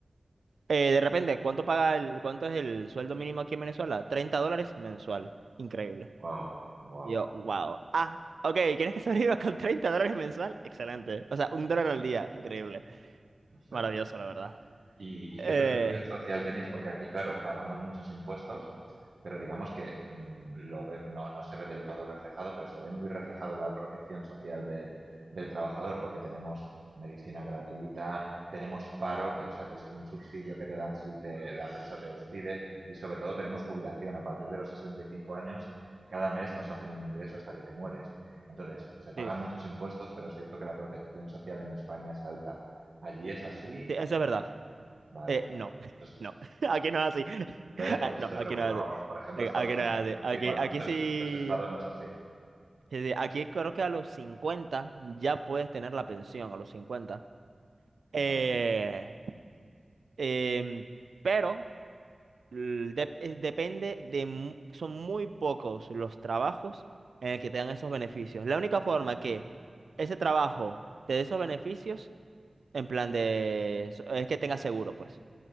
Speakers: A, on the right (about 85°); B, on the right (about 60°).
A: eh, de repente, ¿cuánto paga el, cuánto es el sueldo mínimo aquí en Venezuela? 30 dólares mensual. Increíble.
B: Wow, wow.
A: Y yo, wow. Ah, ok, ¿quieres que <laughs> sobreviva con 30 dólares mensual? Excelente. O sea, un dólar
B: No
A: al día. Increíble. Maravilloso,
B: no
A: la verdad.
B: ¿Y, y
A: Eh,
B: qué protección social tenéis? Porque aquí, claro, pagamos muchos impuestos, pero digamos que mm, lo ve- no, no se ve del todo reflejado, pero se ve muy reflejado la protección social de- del trabajador, porque tenemos medicina gratuita, tenemos paro, que, o sea, que es un subsidio que te dan si te- la empresa te despide, y sobre todo tenemos jubilación. A partir de los 65 años, cada mes nos hacen un ingreso hasta que te mueres. Entonces, se pagan
A: sí,
B: muchos impuestos, pero es cierto que la protección social en España es alta. ¿Allí es así?
A: sí, eso es verdad.
B: Vale.
A: Eh, no,
B: Muchos-
A: no. <laughs> Aquí no es así. <laughs> Ah,
B: ¿Ves? Por eso
A: No,
B: te preguntaba,
A: aquí no es
B: porque
A: así.
B: por ejemplo
A: Aquí
B: Estados
A: aquí
B: Unidos
A: no es así.
B: no es así.
A: Aquí,
B: Bueno,
A: aquí
B: muchos,
A: sí.
B: muchos estados no es así.
A: sí, sí, Aquí creo que a los cincuenta ya puedes tener la pensión, a los cincuenta Eh,
B: Vale.
A: em, pero L- dep- eh, depende de, mu- son muy pocos los trabajos en el que te dan esos beneficios. La única forma
B: Ujú.
A: que ese trabajo te dé esos beneficios, en plan de, so- es que tengas seguro, pues.